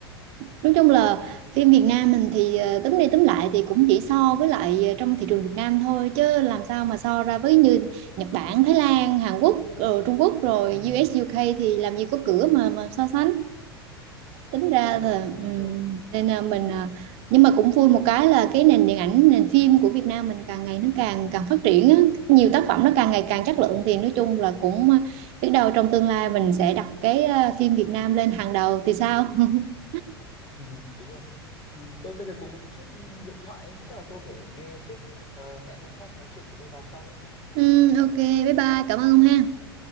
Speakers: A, on the right; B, on the left.
A: Nói chung là phim Việt Nam mình thì ờ, túm đi túm lại thì cũng chỉ so với lại ờ, trong thị trường Việt Nam thôi chứ làm sao mà so ra với như Nhật Bản, Thái Lan, Hàn Quốc, ờ, Trung Quốc rồi
B: ừ,
A: U.S,
B: ừ.
A: u UK thì làm gì có cửa mà mà so sánh. Tính ra
B: đúng
A: là
B: rồi đúng rồi
A: ừm,
B: đúng rồi
A: nên là mình ờ,
B: ừ,
A: nhưng mà cũng vui một cái là cái nền điện ảnh, nền phim của Việt Nam mình càng ngày nó càng càng phát triển á, nhiều tác phẩm nó càng ngày càng chất
B: ừ,
A: lượng thì nói chung là cũng ờ, biết đâu trong tương lai mình sẽ đặt cái ờ, phim Việt Nam lên hàng đầu thì sao? <laughs>
B: ừ, đúng rồi ừ, tôi bây giờ có một chút điện thoại chắc là tôi phải nghe trước Ờ, hẹn hôm khác nói chuyện với bà sau nhé
A: Ừ, ok, bye bye, cảm ơn ông ha.